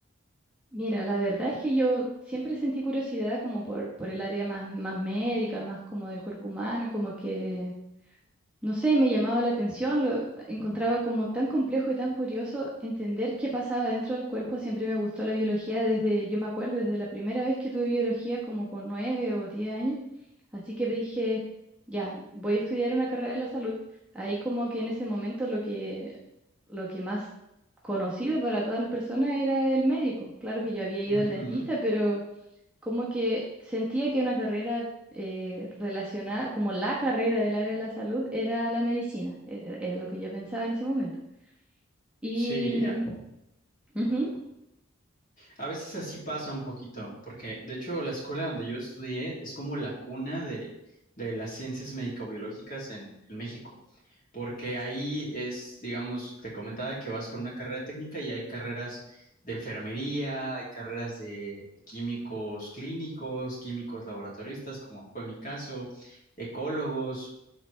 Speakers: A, in the centre; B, on the left (about 40°).
A: Mira, la verdad es que yo siempre sentí curiosidad como por, por el área más, más médica, más como del cuerpo humano, como que No sé, me llamaba la atención, lo encontraba como tan complejo y tan curioso entender qué pasaba dentro del cuerpo. Siempre me gustó la biología desde, yo me acuerdo, desde la primera vez que tuve biología, como con nueve o diez años. Así que dije, ya, voy a estudiar una carrera de la salud. Ahí como que en ese momento lo que, lo que más conocido para todas las personas era el médico. Claro que yo había ido
B: Ujú.
A: al dentista, pero como que sentía que una carrera eh, relacionada, como la carrera del área de la salud, era la medicina, era, era lo que yo pensaba en ese momento. Y,
B: Sí,
A: mm, ujú,
B: A veces así pasa un poquito, porque de hecho la escuela donde yo estudié es como la cuna de, de las ciencias médico-biológicas en, en México, porque ahí es, digamos, te comentaba que vas con una carrera técnica y hay carreras de enfermería, hay carreras de químicos clínicos, químicos laboratoristas, como fue mi caso, ecólogos.